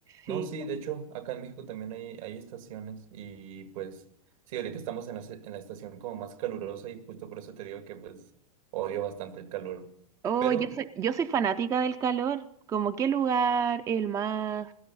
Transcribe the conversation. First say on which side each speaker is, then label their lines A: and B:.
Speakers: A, on the right (about 15°); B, on the right (about 65°).
A: Sí.
B: No, sí, de hecho, acá en México también hay, hay estaciones y pues, sí, ahorita estamos en la, se- en la estación como más calurosa y justo por eso te digo que pues odio bastante el calor.
A: Oh,
B: Pero
A: yo soy, yo soy fanática del calor. ¿Como qué lugar es el más